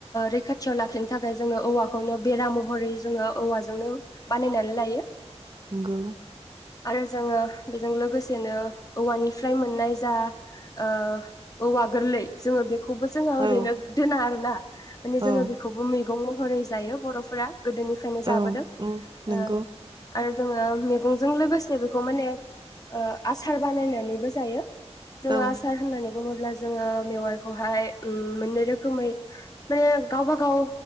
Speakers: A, on the left; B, on the right.
A: रैखाथियाव लाखिनो थाखाय थाखाय जोङो औवाखौनो बेरा महरै जोङो औवाजोंनो बानायनानै लायो
B: नंगौ
A: आरो जोङो बेजों लोगोसेनो औवानिफ्राय मोननाय जा ओ औवा गोरलै जोङो बे बेखौबो जोङो ओरैनो
B: औ
A: दोना आरोना माने जोङो
B: औ
A: बेखौबो मो ग महरै जायो बर'फोरा गोदोनिफ्रायनो जाबोदों
B: औ उम नंगौ
A: ओ आरो जोङो मैगंजों लोगोसे से बेखौ माने आसार बानायनानैबो जायो जोङो
B: औ
A: आसार होननानै बुङोब्ला जोङो मेवाइखौहाय मोननै रोखोमै माने गाबा गाव